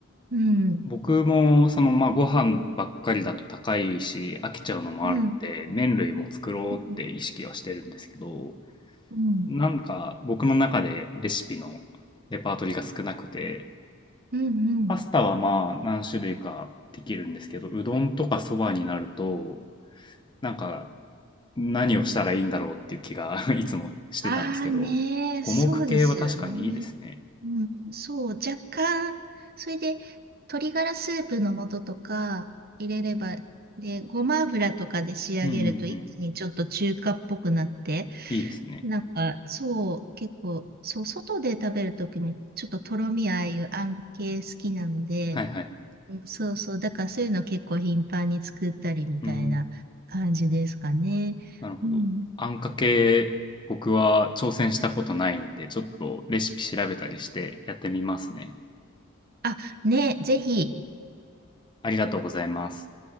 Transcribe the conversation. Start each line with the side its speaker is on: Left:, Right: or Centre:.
Right: うん、
Left: 僕も、その、まあ、ご飯ばっかりだと高いし、飽きちゃうのもあるんで、
Right: うん、
Left: 麺類も作ろうって意識はしてるんですけど、
Right: うん、うん、
Left: なんか僕の中でレシピのレパートリーが少なくて、
Right: うん、うん。
Left: パスタはまあ何種類かできるんですけど、うどんとかそばになると、なんか何をしたらいいんだろうっていう気が <laughs> いつもしてたんですけど、
Right: ああね、
Left: 五目系は確かにいいですね。
Right: そうですよね。うん、そう、若干、それで、鶏ガラスープの素とか入れれば、で、ごま油とかで仕上げると一気にちょっと中華っぽくなって、
Left: うんうんうん。いいですね。
Right: なんか、そう、結構、そう、外で食べるときも、ちょっととろみああいうあん系好きなので、
Left: はいはい。
Right: うんそうそう。だからそういうの結構頻繁に作ったりみたいな感じですかね。
Left: うん。なるほど。
Right: うん。
Left: あんかけ、僕は挑戦したことないんで、ちょっとレシピ調べたりしてやってみますね。
Right: あ、ね、ぜひ。
Left: ありがとうございます。